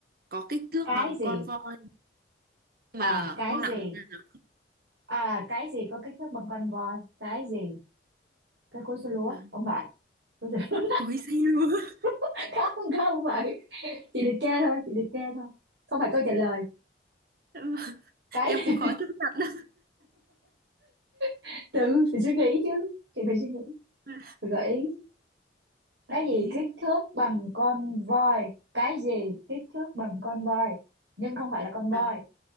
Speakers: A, on the right; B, on the right.
A: có kích thước
B: cái
A: bằng
B: gì
A: con voi mà
B: à cái
A: không
B: gì
A: nặng một gram
B: à cái gì có kích thước bằng con voi cái gì cái cối xay lúa
A: và
B: không phải Cối xay- lúa
A: cối xay lúa <laughs>
B: <laughs> khác không không phải chị liệt kê thôi chị liệt kê thôi không phải câu trả lời
A: Vâng,
B: cái
A: em cũng khó chấp nhận
B: <laughs> tự phải suy nghĩ chứ chị phải suy nghĩ
A: lắm.
B: phải gợi ý cái
A: Đại
B: gì
A: ý
B: kích thước bằng con voi cái gì kích thước bằng con voi nhưng không phải là con voi
A: vâng